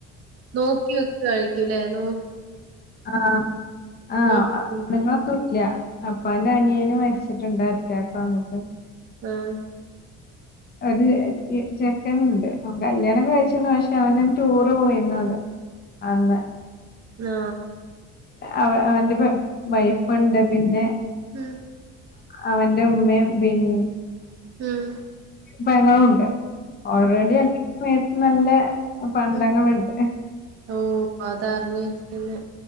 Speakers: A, on the right (about 55°); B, on the left (about 35°).
A: നോക്കി വെക്കായിക്കൂലേ ലോ
B: ആഹ് ആഹ്
A: ഉം ഉം
B: നിങ്ങളൊന്നുംല്ല അപ്പാന്റെ അനിയേന് മരിച്ചിട്ടുണ്ട്‌ അറ്റാക്ക് വന്നപ്പം
A: ആഹ്
B: ഒരു ചെക്കൻ ഉണ്ട് അവൻ കല്യാണം കഴിച്ചിന്ന് പക്ഷെ അവന ടൂറ് പോയിന്ന അത് അന്ന്‌
A: ആ
B: അവ അവന്റെ വൈഫുണ്ട് പിന്നെ
A: ഉം
B: അവന്റെ ഉമ്മയും പിന്ന
A: മ്മ്
B: പെങ്ങളും ഉണ്ട് ഓൾറെഡി അല്ല സമയത്ത് നല്ല പണ്ടങ്ങളുണ്ട്
A: ഉ ഓ അതറിഞ്ഞു വച്ചിട്ടന്നെ